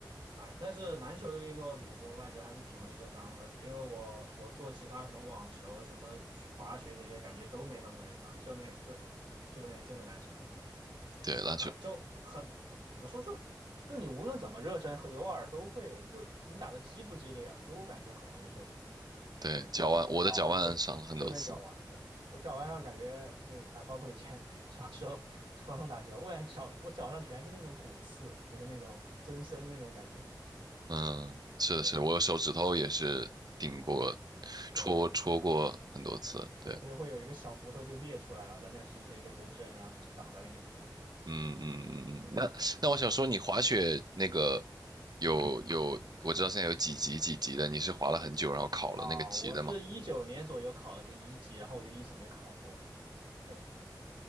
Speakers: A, on the right; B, on the right.
A: 哎，但是篮球这个运动怎么说，我感觉还是挺容易受伤的。因为我我做其他什么网球、什么滑雪这些，感觉都没那么容易伤，就那就就那就那篮球，
B: 对，
A: 是很就很怎么说就就你无论怎么热身和有耳都会，
B: 篮球。
A: 就你打的激不激烈啊，都感觉很容易受伤。
B: 对，
A: 那东西就脚就就那脚腕，
B: 脚腕，我的脚腕伤了很多次。
A: 对啊我脚腕上感觉就还包括以前 <laughs> 小时候 <laughs> 初高中打球，我感觉小我脚上全是那种骨刺，就是那种增生那种感觉。
B: 嗯，是的，
A: 对
B: 是的，我手指头也是顶过、
A: 对对对
B: 戳戳过很多次。对，
A: 对，它就会有一个小骨头就裂出来，然后在那儿形成一个增生，然后长在那个地方。
B: 嗯嗯嗯嗯。
A: 对
B: 那那我想说，你滑雪那个有有，我知道现在有几级几级的，你是滑了很久，然后考了那个级的吗
A: 啊，我是一九年左右考了个一级，然后我就一直没考过了。对，